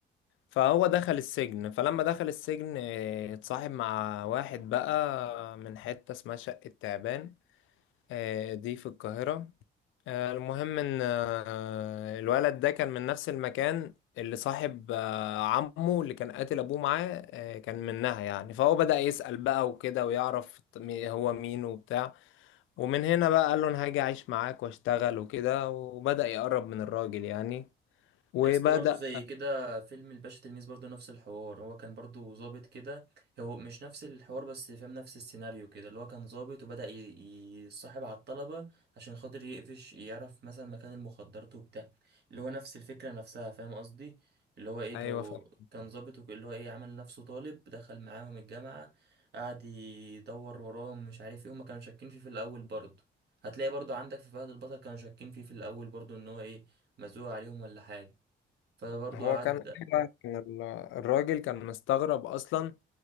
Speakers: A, on the left (about 80°); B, on the right (about 55°).
A: فهو دخل السجن فلما دخل السجن آه، اتصاحب مع واحد بقى من حتة اسمها شقة تعبان آه، دي في القاهرة آه، المهم ان آه، الولد ده كان من نفس المكان اللي صاحب آه، عمه اللي كان قاتل ابوه معاه آه، كان منها يعني فهو بدأ يسأل بقى وكده ويعرف هو مين وبتاع ومن هنا بقى قال له انا هاجي اعيش معاك واشتغل وكده وبدأ يقرب من الراجل يعني وبدأ
B: يا اسطى برضه زي كده فيلم الباشا تلميذ برضه نفس الحوار هو كان برضه ظابط كده هو مش نفس الحوار بس فاهم نفس السيناريو كده اللي هو كان ظابط وبدأ ي- يصاحب على الطلبة عشان خاطر يقفش يعرف مثلا مكان المخدرات وبتاع اللي هو نفس الفكرة نفسها فاهم قصدي اللي هو ايه
A: ايوه
B: كان
A: فاهم
B: كان ظابط وك- اللي هو ايه عمل نفسه طالب دخل معاهم الجامعة قعد يدور وراهم مش عارف ايه هما كانوا شاكين فيه في الأول برضه هتلاقي برضه عندك في فهد البطل كانوا شاكين فيه في الأول برضه ان هو ايه مزوق عليهم ولا حاجة فبرضه
A: هو
B: قعد
A: كان أيوة، كان ال- الراجل كان مستغرب اصلا